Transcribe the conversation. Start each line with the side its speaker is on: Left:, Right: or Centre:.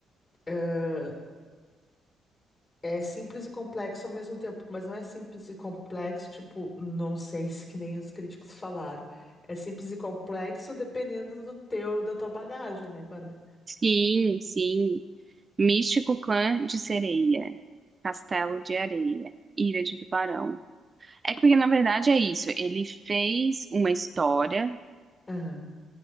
Left: Ahn, é simples e complexo ao mesmo tempo, mas não é simples e complexo, tipo, nonsense, que nem os críticos falaram. É simples e complexo dependendo do teu, da tua bagagem, né, Bárbara?
Right: Sim, sim. Místico Clã de Sereia, Castelo de Areia, Ilha de Tubarão. É que porque, na verdade, é isso. Ele fez uma história
Left: Aham.